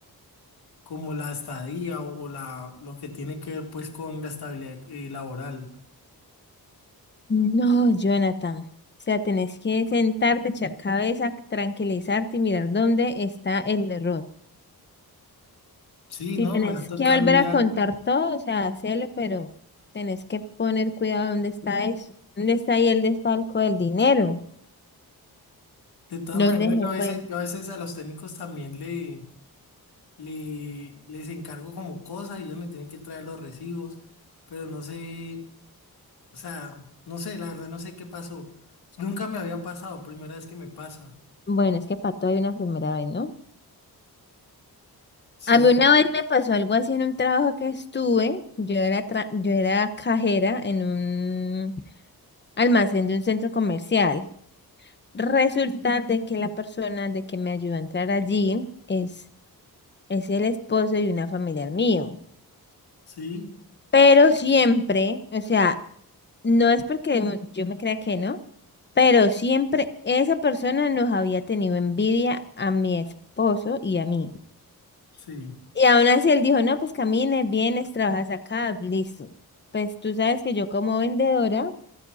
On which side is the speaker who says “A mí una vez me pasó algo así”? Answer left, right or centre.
Left